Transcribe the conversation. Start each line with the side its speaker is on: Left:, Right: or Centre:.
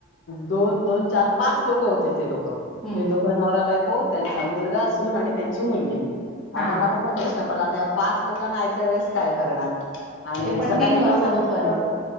Left: दोन दोन चार पाच लोक होते ते लोक.
Centre: हम्म
Left: ते दोघं नवरा बायको त्यांचा मुलगा सून आणि त्यांची मुलगी
Centre: हा
Left: आता मला प्रश्न पडला त्या पाच लोकांना आयत्या वेळेस काय करणार आणि
Centre: ते पण
Left: सकाळी
Centre: तीन वाजता
Left: जेव्हा सांगितलं
Centre: दुपारी
Left: तेव्हा